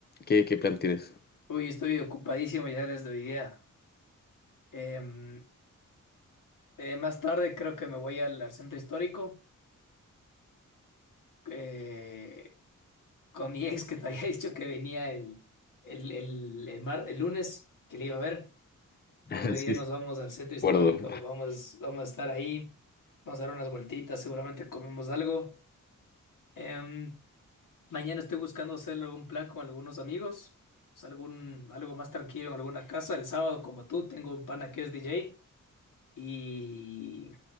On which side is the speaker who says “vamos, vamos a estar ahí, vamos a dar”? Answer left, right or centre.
Left